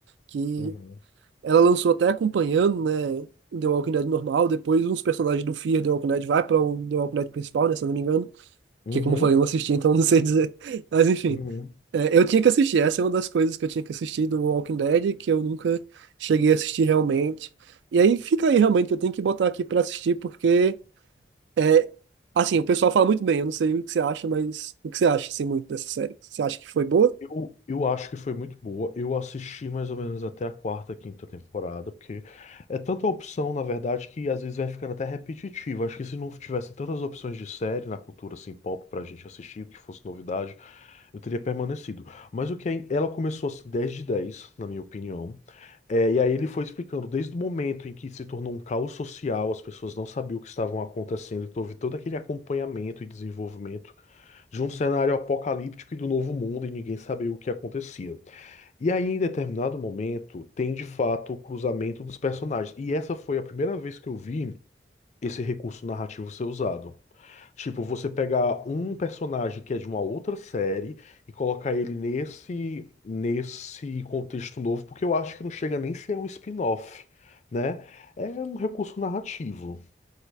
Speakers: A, on the right; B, on the left.
A: Que
B: Uhum.
A: Ela lançou até acompanhando, né, The Walking Dead normal, depois uns personagens do Fear The Walking Dead vai para o The Walking Dead principal, né, se eu não me engano,
B: Uhum.
A: que como eu falei, eu não assisti, então não sei dizer. <laughs> Mas enfim,
B: Uhum.
A: é, eu tinha que assistir, essa é uma das coisas que eu tinha que assistir do Walking Dead, que eu nunca cheguei a assistir realmente. E aí fica aí realmente, eu tenho que botar aqui para assistir, porque, é, assim, o pessoal fala muito bem, eu não sei o que você acha, mas o que você acha, assim, muito dessa série? Você acha que foi boa
B: Eu, eu acho que foi muito boa. Eu assisti mais ou menos até a quarta, quinta temporada, porque é tanta opção, na verdade, que às vezes vai ficando até repetitivo. Acho que se não tivesse tantas opções de série na cultura assim, pop pra gente assistir, que fosse novidade, Eu teria permanecido. Mas o que é, ela começou a ser 10 de 10, na minha opinião. É, e aí ele foi explicando, desde o momento em que se tornou um caos social, as pessoas não sabiam o que estavam acontecendo, então houve todo aquele acompanhamento e desenvolvimento de um cenário apocalíptico e do novo mundo e ninguém sabia o que acontecia. E aí, em determinado momento, tem de fato o cruzamento dos personagens. E essa foi a primeira vez que eu vi esse recurso narrativo ser usado. Tipo, você pegar um personagem que é de uma outra série e colocar ele nesse nesse contexto novo, porque eu acho que não chega nem a ser um spin-off, né? É um recurso narrativo.